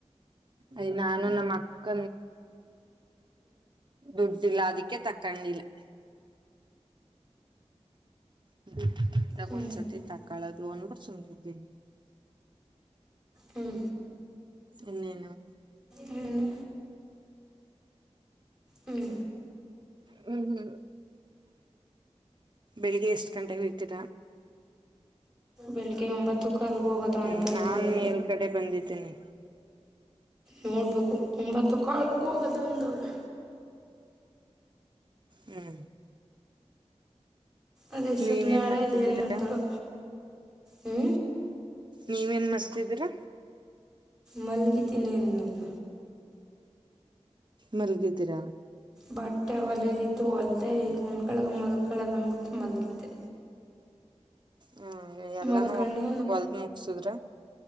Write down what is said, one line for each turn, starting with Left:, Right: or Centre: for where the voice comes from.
Right: ಅಯ್ ನಾನು ನಮ್ಮ ಅಕ್ಕ ದುಡ್ಡಿಲ್ಲ ಅದಕ್ಕೆ ತಕ್ಕೊಂಡಿಲ್ಲ <inaudible> <inaudible>
Centre: ಹ್ಞೂ
Right: ಒಂದ ಸರ್ತಿ ತಕ್ಕೋಲುದ ಅಂತ ಸುಮ್ಮನ ಇದ್ದೀನಿ.
Centre: ಹ್ಞೂ
Right: ಇನ್ನೇನು
Centre: ಇನ್ನೇನು ಹ್ಮ್
Right: ಹ್ಮ್ ಹ್ಮ್ ಬೆಳಿಗ್ಗೆ ಎಷ್ಟ್ ಗಂಟೆೆಗೆ ಹೋಯ್ತಿರ
Centre: ಬೆಳಿಗ್ಗೆ ಒಂಬತ್ತು ಕಾಲ್ಗೆ ಹೋಗೋದಾ
Right: ಹ್ಮ್
Centre: ಅಂತ ಅಂದವಳೆ
Right: ನಾನ್ ಮೇಲ್ ಗಡೆ ಬಂದಿದಿನಿ
Centre: ನೋಡ್ಬೇಕು ಒಂಬತ್ತು ಕಾಳಗ್ ಹೋಗದ ಅಂದೋಳೆ
Right: ಹ್ಮ್
Centre: ಅದೆಷ್ಟೋತ್
Right: ನೀವೇನ್
Centre: ನಾಳೆ
Right: ಮಾಡ್ತಿದ್ದೀರಾ
Centre: ಅದೇನ್ ಮಾಡ್ ತಾಳೋ ಹ್ಞ
Right: ನೀವೇನ್ ಮಾಡ್ತಿದೀರ
Centre: ಮಲಗಿದೀನಿ ಅಂದ್ನಲ್ಲ
Right: ಮಲ್ಗಿದಿರಾ?
Centre: ಬಟ್ಟೆ ಹೊಳೆಯದ್ ಇತ್ತು ಹೊಲ್ದೆ ಈಗ ಒಂದು ಗಳ್ಗ ಮಲ್ಕಳದ ಅಂದ್ಬಿಟ್ಟು ಮಲಗಿದ್ದೆ
Right: ಹ್ಮ ಎಲ್ಲಾನೂ
Centre: ಮಲ್ಕೊಂಡೆ
Right: ಒ ಹೊಲ್ದ ಮುಗ್ಸುದ್ರ